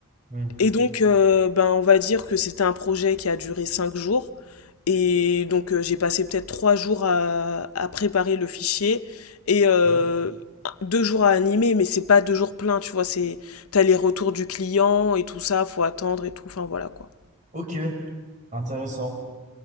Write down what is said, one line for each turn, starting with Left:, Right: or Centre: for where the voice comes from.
Right: Hmm.
Left: Et donc euh, ben on va dire que c'était un projet qui a duré cinq jours et donc euh, j'ai passé peut-être trois jours à, à préparer le fichier et euh,
Right: Ok,
Left: deux jours à animer, mais c'est pas deux jours pleins, tu vois, c'est t'as les retours du client et tout ça, faut attendre et tout, enfin voilà quoi.
Right: Ok, intéressant.